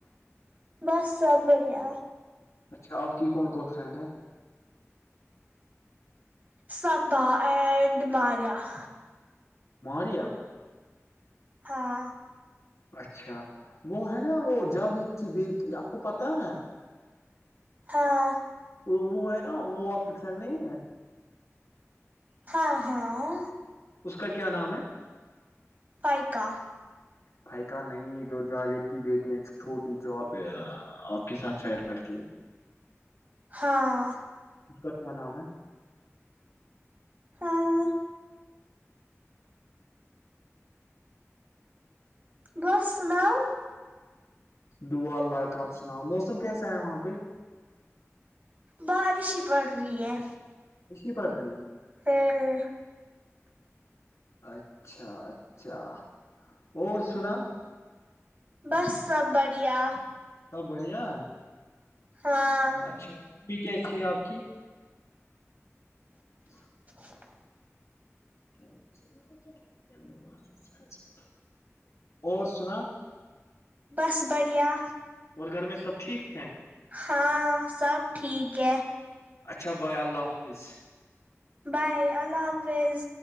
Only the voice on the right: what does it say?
بس سب بڑھیا
سپ ا پڈ ماریا <unintelligible>
ہاں
ہاں
ہاں ہاں
فائقہ
ہاں
ہاں بس سلاؤ
بارش ہی پڑ رہی ہے
ہاں ہ
بس سب بڑھیا
ہاں
<inaudible>
بس بڑھیا
ہاں سب ٹھیک ہے
بائے اللہ حافظ